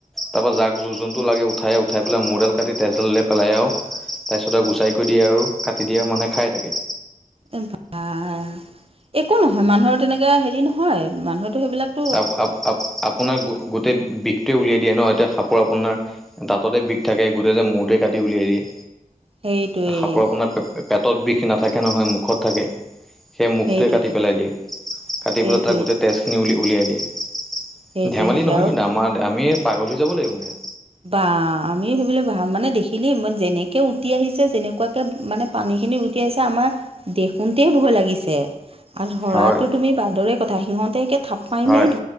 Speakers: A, in the centre; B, on the right (about 45°).
A: তাৰপৰা যাক যো যোনটো লাগে উঠাই উঠাই পেলাই মোৰডাল কাটি তেজডাল উলিয়াই পেলাই আও তাৰপিছত আও গুচাই কৰি দিয়ে আৰু কাটি দিয়ে মানুহে খায় তাকে।
B: এ বাহ! একো নহয় মানুহৰ তেনেকে হেৰি নহয় মানুহেটো সেইবিলাক
A: আপ আপ আপ আপোনাৰ গোটেই বি টোৱে উলিয়াই দিয়ে ন, এতিয়া সাপৰ আপোনাৰ দাঁততে বিষ থাকে গোটেই যে মূৰটোৱে কাটি উলিয়াই দিয়ে।
B: সেইটোৱেই
A: সাপৰ আপোনাৰ পে পেটত বিষ নাথাকে নহয় মু মুখত থাকে, সেই মুখটোৱে
B: সেইটোৱেই
A: কাটি পেলাই দিয়ে। কাটি
B: সেইটোৱেই
A: পেলাই তাত গোটেই তেজখিনি উলিয়াই উলিয়াই দিয়ে
B: সেইটোৱে
A: ধেমালি
B: সেইটোৱে
A: নহয়
B: আৰু
A: কিন্তু আমাৰ আমিয়ে পাগল হৈ যাব লাগিবগে।
B: বা আমি সেইবিলাক ভা মানে দেখিলেই মই যেনেকে উটি আহিছে যেনেকুৱাকে মানে পানীখিনিত উটি আহিছে আমাৰ দেখোতেই ভয় লাগিছে। আৰু ধৰাতো
A: হয়
B: তুমি বাদৰে কথা সিহঁতে থাপ মাৰি
A: হয়
B: মাৰি ধ